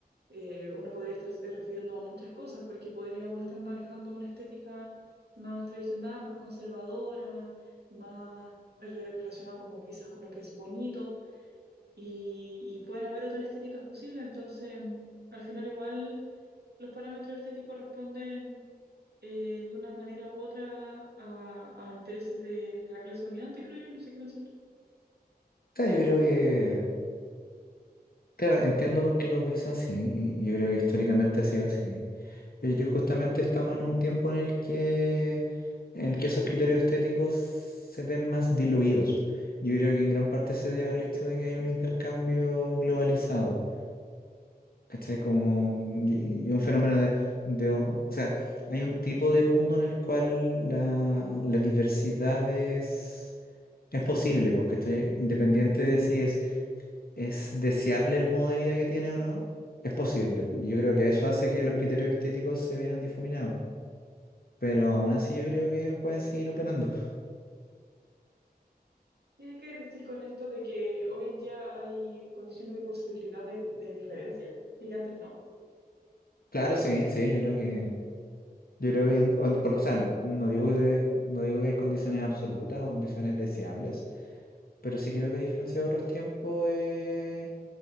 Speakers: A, on the right (about 85°); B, on the left (about 65°).
A: eh, uno podría estarse refiriendo a muchas cosas, porque podría uno estar manejando una estética más tradicional, más conservadora, más re- relacionada como quizás con lo que es bonito, y, y pueden haber otras estéticas posibles, entonces al final igual los parámetros estéticos responden eh, de una manera u otra a, a intereses de, de la clase dominante, creo yo, no sé qué pensás tú.
B: sea, yo creo que, claro, entiendo por qué los ves así, y y yo creo que históricamente ha sido así. Pero yo creo que justamente estamos en un tiempo en el que, en el que esos criterios estéticos se ven más diluidos. Yo creo que en gran parte se debe al hecho de que hay un intercambio globalizado ¿Cachai? Como, y, y un fenómeno de, de un- O sea, hay un tipo de mundo en el cual la, la diversidad es, es posible, pues, ¿cachai? Independiente de si es, es deseable el modo de vida que tiene o no, es posible. Yo creo que eso hace que los criterios estéticos se vean difuminados. Pero aún así yo creo que pueden seguir operando.
A: ¿Qué quieres decir con esto de que hoy en día hay condiciones de posibilidad de, de diferencia y que antes no?
B: Claro, sí, sí, yo creo que... Yo creo que, en- o, en- por lo- o sea, no digo, que- no digo que hay condiciones absolutas o condiciones deseables, Pero sí creo que a diferencia de otros tiempos eh,